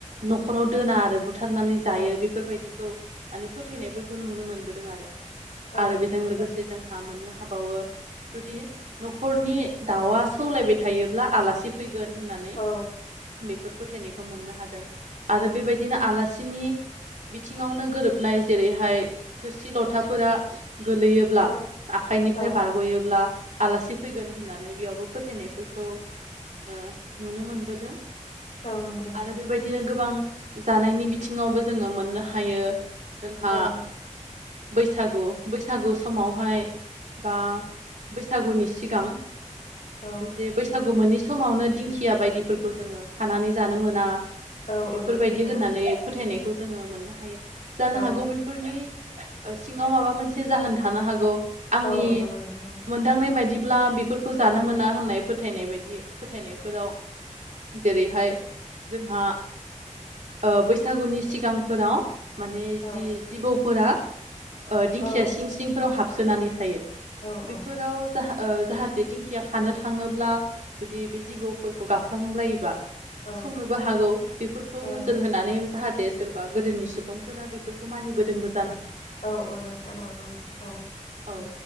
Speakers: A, on the right (about 70°); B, on the left (about 70°).
A: न'खराव दोना आरो बु बुथारनानै
B: औ
A: जायो बेफोरबायदि खौ माने फोथायनायफोरखौ नुनो मोनबोदों आरो
B: औ
A: आरो
B: औ
A: बेजों
B: नंगौ नोंथां
A: लोगोसे जों <unintelligible> हाबावो जुदि न'खरनि दाउआ सौलायबाय थायोब्ला आलासि फै गोन होननानै
B: औ
A: बेफोर फोथायनायखौ मोननो हादों। आरो बेबायदिनो आलासिनि बिथिङावनो गोरोबनाय जेरैहाय थोरसि लथाफोरा गोलैयोब्ला
B: औ
A: आखाइनि
B: औ
A: थाय बारग'योब्ला। आलासि फैगोन होननानै बेयावबो फोथायनायफोरखौ ओ नुनो मोनबोदो।
B: औ नंगौ नोंथां
A: आरो बेबायदिनो गोबां जानायनि बिथिङावबो जोङो मोननो हायो। जोंहा
B: औ
A: बैसागु बैसागु समावहाय बा बैसागुनि सिगां।
B: औ
A: जे बैसागु मोनि समावनो दिंखिया बायदिफोरखौ जोङो खानानै जानो मोना।
B: औ
A: बेफोरबायदि
B: औ नंगौ नोंथां
A: होननानै फोथायनाय खौ जोङो मोननो हायो। जानो
B: औ
A: हागौ बेफोरनि सिङाव माबा मोनसे जाहोन थानो हागौ। आंनि
B: औ औ नंगौ नोंथां
A: मोनदांनाय बायदि ब्ला बेफोरखौ जानो मोना होननाय फोथायनाय बायदि फोथायनायफोराव जेरैहाय जोंहा ओ बैसागुनि सिगांफोराव माने
B: औ
A: जि-जिबौफोरा ओह दिंखिया
B: औ
A: सिं सिंफोराव हाब सोनानै थायो।
B: औ औ
A: बिफोराव जाहा ओह जाहाथे दिंखिया खानो थाङोब्ला जुदि बे जिबौफोरखौ गाफ्लांब्लायोबा।
B: औ
A: सौनोबो हागौ बेफोरखौ
B: औ
A: नोजोर होनानै जाहा दे सोरबा गोदोनि सुबुंफोरा बेफोरखौ मानिबोदोंबो जा
B: ओउ ओउ नोंथां <unintelligible> नो हागौ नोंथां ओउ।
A: ओउ